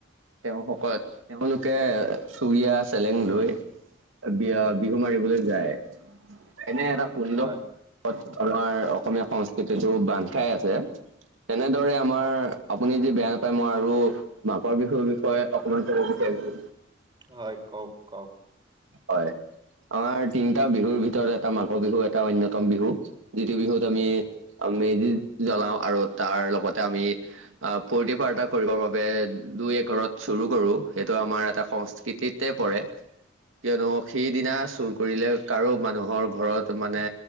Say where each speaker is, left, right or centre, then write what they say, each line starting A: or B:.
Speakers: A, on the right (about 80°); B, on the right (about 25°).
A: তেওঁসকল তেওঁলোকে চুুৰিয়া চেলেং লৈ বিয়া বিহু মাৰিবলৈ যায় এনে এটা সুন্দৰ
B: হয়
A: আমাৰ অসমীয়া সংস্কৃতিতো বান্ধ খাই আছে তেনেদৰে আমাৰ আপুনি যদি বেয়া নাপায় মই আৰু মাঘৰ বিহুৰ বিষয়ে অকমান কব বিচাৰিছো
B: হয় কওক কওক
A: হয় আমাৰ তিনিটা বিহুৰ ভিতৰত এটা মাঘৰ বিহু এটা অন্যতম বিহু যিটো বিহুত আমি মেজি জ্বলাও আৰু তাৰ লগতে আমি স্ফূৰ্তি ফাৰ্তা কৰিব বাবে <unintelligible> ঘৰত চুৰু কৰো সেইটো আমাৰ এটা সংস্কৃতিতে পৰে। কিয়নো সেইদিনা চুৰ
B: হয়
A: কৰিলে কাৰো মানুহৰ ঘৰত মানে